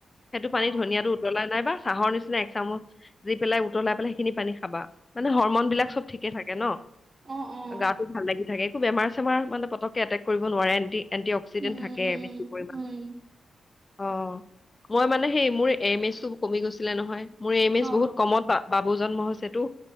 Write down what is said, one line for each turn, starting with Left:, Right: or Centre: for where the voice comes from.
Left: সেইটো পানী
Right: অ
Left: ধনিয়াটো উতলাই নাই বা চাহৰ নিচিনা এক চামুচ দি পেলাই উতলাই পেলাই সেইখিনি পানী খাবা। মানে হৰমন বিলাক
Right: উম
Left: চব ঠিকে থাকে ন',
Right: অ অ
Left: গাটো ভাল লাগি থাকে। বেমাৰ চেমাৰ মানে পতককে এটেক কৰিব নোৱাৰে এণ্টি এণ্টি ক্সিডেণ্ট
Right: উম উম
Left: থাকে
Right: উম
Left: বেছি
Right: উম
Left: পৰিমাণ।
Right: উম
Left: অ', মই মানে সেই মোৰ এম এইজটো কমি গৈছিলে নহয় মোৰ এম এইজ
Right: অ
Left: বহুত কমত পা <unintelligible> <unintelligible> হৈছেতো,